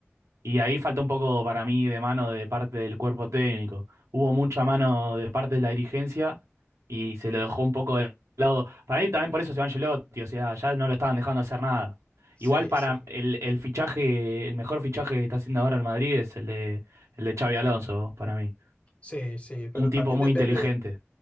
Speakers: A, on the right; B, on the left.
A: Y ahí falta un poco para mí de mano de parte del cuerpo técnico. Hubo mucha
B: Mm,
A: mano de parte de la dirigencia y se lo dejó un poco de lado. Para mí también por eso se va Ancelotti, o sea, ya no lo estaban dejando hacer nada.
B: Sí,
A: Igual para
B: sí,
A: el, el fichaje, el mejor fichaje que está haciendo ahora el Madrid es el de, el de Xavi Alonso, para mí.
B: sí, sí, pero
A: Un tipo
B: también
A: muy
B: depende,
A: inteligente,